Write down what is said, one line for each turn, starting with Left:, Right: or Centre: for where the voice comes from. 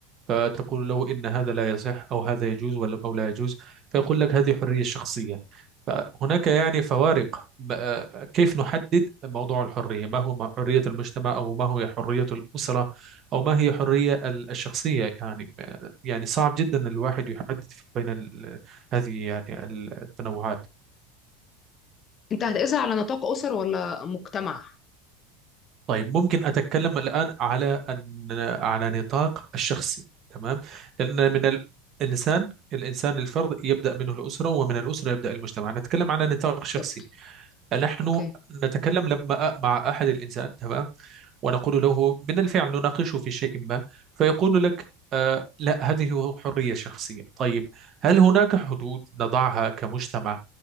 Right: فتقول له إن هذا لا يصح أو هذا يجوز ولا أو لا يجوز فيقول لك هذه حرية شخصية فهناك يعني فوارق ب- آه، كيف نحدد موضوع الحرية ما هو حرية المجتمع أو ما هو حرية الأسرة أو ما هي حرية ال- الشخصية يعني يعني صعب جدا إن الواحد يحدد بين ال- هذه يعني التنوعات
Left: انت هتقيسها على نطاق اسر ولا مجتمع
Right: طيب ممكن أتكلم الآن على أن على نطاق الشخصي تمام لأن من ال- الإنسان الإنسان الفرد يبدأ منه الأسرة ومن الأسرة يبدأ المجتمع نتكلم على نطاق
Left: بالظبط.
Right: شخصي نحن
Left: اوكي
Right: نتكلم لما أ- مع أحد الإنسان تمام ونقول له من الفعل نناقشه في شيء ما فيقول لك آه لا هذه حرية شخصية طيب هل هناك حدود نضعها كمجتمع